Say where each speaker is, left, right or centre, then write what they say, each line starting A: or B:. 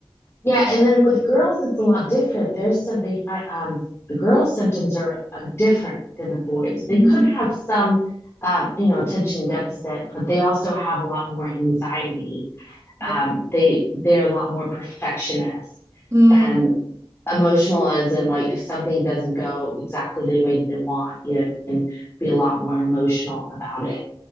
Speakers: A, on the left; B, on the right.
A: Yeah, and then with girls, it's a lot different. There's some they find um, the girls' symptoms are uh, different than the boys. They
B: Mm,
A: could have some, um, you know, attention deficit, but they also have a lot more anxiety.
B: okay.
A: Um, they they're a lot more perfectionist,
B: Mm,
A: and emotional as in like if something doesn't go exactly the way they want you know and be a lot more emotional about it